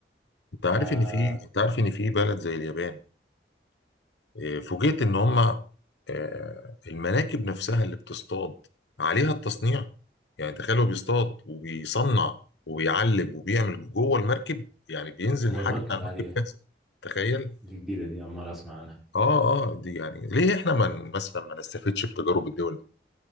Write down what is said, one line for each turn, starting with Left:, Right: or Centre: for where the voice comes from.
Left: انت عارف
Centre: فهو
Left: ان في انت عارف ان في بلد زي اليابان آه، فوجئت ان هم آه، المناكب نفسها اللي بتصطاد عليها التصنيع يعني تخيلوا بيصطاد وبيصنع وبيعلب وبيعمل جوه المركب يعني بينزل
Centre: الماركة
Left: حاجه على
Centre: لا
Left: المركب
Centre: دي
Left: جاهزه تخيل
Centre: دي جديدة دي أول مرة أسمع عنها
Left: اه اه دي يعني ليه احنا من مثلا ما نستفدش بتجارب الدول دي